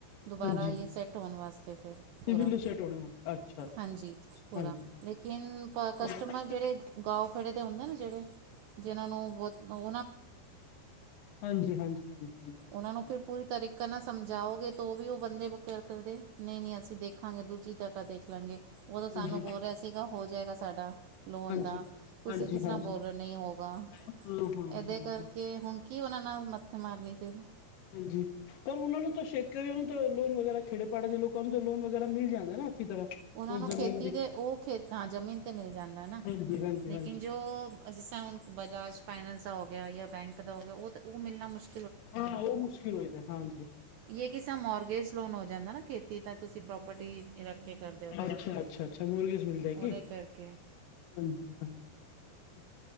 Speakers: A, on the right; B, on the left.
A: ਦੁਬਾਰਾ
B: ਹਾਂਜੀ
A: ਇਹ ਸੈੱਟ ਹੋਨ ਵਾਸਤੇ। ਪੂਰਾ,
B: ਸਿਵਲ ਸੈਟ ਹੋਣੇ ਵਾਸਤੇ ਅੱਛਾ ਅੱਛਾ
A: ਹਾਂਜੀ
B: ਅੱਛਾ
A: ਪੂਰਾ
B: ਹਾਂਜੀ
A: ਲੇਕਿਨ ਕਸਟਮਰ
B: ਹਾਂਜੀ
A: ਜਿਹੜੇ ਗਾਓ ਖੜੇ ਦੇ ਹੁੰਦੇ ਨੇ ਜਿਹੜੇ, ਜਿਹਨਾਂ ਨੂੰ ਬੋਤ ਓਹ
B: ਹਾਂਜੀ, ਹਾਂਜੀ, ਹਾਂਜੀ। ਹਾਂਜੀ
A: ਉਹਨਾਂ ਨੂੰ ਫਿਰ ਪੂਰੀ ਤਰੀਕਾ ਨਾਲ ਸਮਝਾਓਗੇ, ਤੋ ਵੀ ਉਹ ਬੰਦੇ <unintelligible> ਕਰਦੇ ਨਹੀਂ- ਨਹੀਂ, ਅਸੀਂ ਦੇਖਾਂਗੇ। ਦੂਜੀ ਜਗ੍ਹਾ ਦੇਖ ਲਾਂਗੇ। ਉ ਤੇ ਸਾਨੂੰ
B: ਹਾਂਜੀ।
A: ਬੋਲ
B: ਹਾਂਜੀ,
A: ਰਿਹਾ ਸੀਗਾ, ਹੋ ਜਾਏਗਾ ਸਾਡਾ। ਲੋਨ
B: ਹਾਂਜੀ,
A: ਦਾ, ਤੁਸੀਂ ਕਿਸ ਤਰ੍ਹਾਂ
B: ਹਾਂਜੀ,
A: ਬੋਲ ਰਹੇ ਨਹੀਂ ਹੋਗਾ।
B: ਹਾਂ, ਹਾਂ, ਹਾਂ,
A: ਇਹਦੇ ਕਰਕੇ
B: ਹਾਂ।
A: ਹੁਣ ਕੀ ਵ ਨਾਲ ਮੱਥੇ ਮਾਰਨੀ। ਫਿਰ
B: ਹਾਂਜੀ, ਪਰ ਉਹਨਾਂ ਨੂੰ ਤਾਂ ਛੇਤਕੀਆਂ ਨੂੰ ਤਾਂ ਲੋਨ ਵਗੈਰਾ ਖੇੜੇ ਪੜ ਦੇ ਲੋਕਾਂ ਨੂੰ ਤੇ ਲੋਨ ਵਗੈਰਾ ਮਿਲ ਜਾਂਦੇ ਨਾ। ਅੱਛੀ ਤਰ੍ਹਾਂ।
A: ਉਹਨਾਂ
B: ਉਹ
A: ਨੂੰ
B: ਜ਼ਮੀਨ
A: ਖੇਤੀ
B: ਦੀ
A: ਦੇ ਉਹ ਖੇ, ਹਾਂ ਜਮੀਨ ਤੇ ਮਿਲ ਜਾਂਦਾ।
B: ਹਾਂਜੀ, ਹਾਂਜੀ,
A: ਲੇਕਿਨ
B: ਹਾਂਜੀ
A: ਜੋ ਜਿਸ ਤ੍ਹਾਂ ਹੁਣ ਬਜਾਜ ਫਾਈਨੈਂਸ ਦਾ ਹੋ ਗਿਆ ਜਾਂ ਬੈਂਕ ਦਾ ਹੋ ਗਿਆ, ਉਹ ਤੇ, ਉਹ ਮਿਲਣਾ ਮੁਸ਼ਕਿਲ
B: ਹਾਂ, ਉਹ ਮੁਸ਼ਕਿਲ ਹੈਗਾ, ਹਾਂ।
A: ਯੇ ਕਿਸੇ ਮੋਰਗੇਜ ਲੋਨ ਹੋ ਜਾਂਦਾ ਨਾ ਖੇਤੀ ਤਾਂ ਤੁਸੀਂ ਪ੍ਰੋਪਰਟੀ ਰੱਖ ਕੇ ਕਰਦੇ ਹੋ ਤਾਂ
B: ਅੱਛਾ-ਅੱਛਾ-ਅੱਛਾ, ਮੁਰਗੀਸ ਮਿਲਦਾ
A: ਉਹਦੇ
B: ਕੇ। ਹਾਂਜੀ-ਹਾਂਜੀ-ਹਾਂਜੀ।
A: ਕਰਕੇ